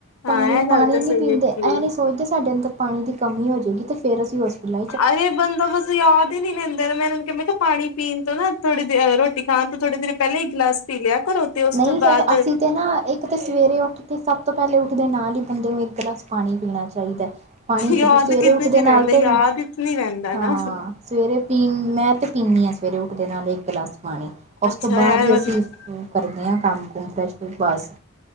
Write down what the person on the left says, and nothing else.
ਹਾਂ ਇਹ ਗੱਲ
ਤਾਂ
ਸਹੀ
ਹੈਗੀ
ਹੈ।
ਅਰੇ ਬੰਦੋਬਸ। ਦਿ ਅੰਦਰ ਮੈਂ ਉਹਨਾਂ ਨੂੰ ਕਿਹਾ, ਕਿਹਾ ਪਾਣੀ ਪੀਣ ਤੋਂ ਨਾ ਥੋੜੀ ਦੇ ਰੋਟੀ ਖਾਣ ਤੋਂ ਥੋੜ੍ਹੀ ਦੇਰ ਪਹਿਲਾਂ ਹੀ ਗਲਾਸ ਪੀ ਲਿਆ ਕਰੋ ਤੇ। ਉਸ
ਤੋਂ
ਬਾਅਦ
ਯਾਦ
ਕਿੱਦੇ
ਚ
ਰਹਿੰਦਾ
ਯਾਦ ਚ ਨੀ ਰਹਿੰਦਾ
ਨਾ
ਅੱਛਾ
ਐ
ਵਧੀਆ